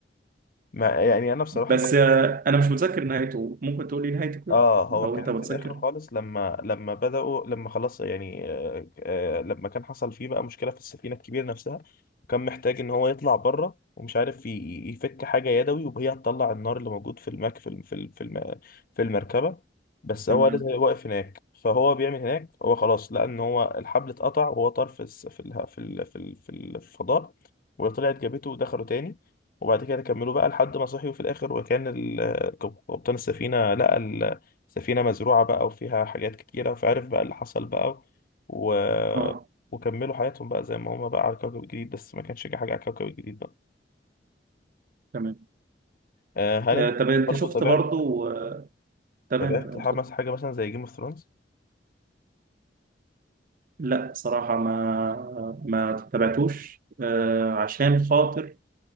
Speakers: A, on the left; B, on the right.
A: ما يعني انا بصراحه
B: بس آه، انا مش متذكر نهايته ممكن تقول لي نهايته كده
A: اه هو
B: لو
A: كان
B: انت متذكر
A: في الاخر خالص لما لما بدأوا لما خلاص يعني آه آه لما كان حصل فيه بقى مشكلة في السفينة الكبيرة نفسها كان محتاج ان هو يطلع بره ومش عارف ي- يفك حاجة يدوي وهي هتطلع النار اللي موجود في المك في الم- في الم- في الم- في المركبة بس
B: تمام
A: هو لازم يبقى واقف هناك فهو بيعمل هناك هو خلاص لقى ان هو الحبل اتقطع وهو طار في الس- في اله- في ال- في ال- في الفضاء وطلعت جابته ودخلوا تاني وبعد كده كملوا بقى لحد ما صحيوا في الاخر وكان ال- كابتن السفينة لقى سفينة مزروعة بقى وفيها حاجات كتيرة فعرف بقى اللي حصل بقى و...
B: اه
A: وكملوا حياتهم بقى زي ما هما بقى على كوكب الجليد بس ما كانش جه حاجة على كوكب الجليد بقى
B: تمام
A: آه هل
B: آه،
A: انت
B: طب انت
A: برضه
B: شفت
A: تابعت
B: برضو آه، تمام
A: تابعت
B: تمام
A: حماس
B: اتفضل.
A: حاجة مثلا زي جيم اوف ثرونز؟
B: لا صراحة ما ما تابعتوش آه، عشان خاطر